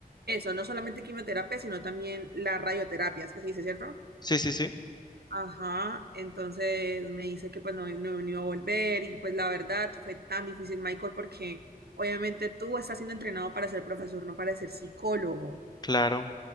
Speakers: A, on the right; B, on the left.
A: Eso, no solamente quimioterapia, sino también la radioterapia es que se dice, ¿cierto?
B: Sí, sí, sí.
A: Ajá, entonces me dice que pues no, no, no iba a volver y pues la verdad fue tan difícil, Michael, porque obviamente tú estás siendo entrenado para ser profesor, no para ser psicólogo.
B: Claro.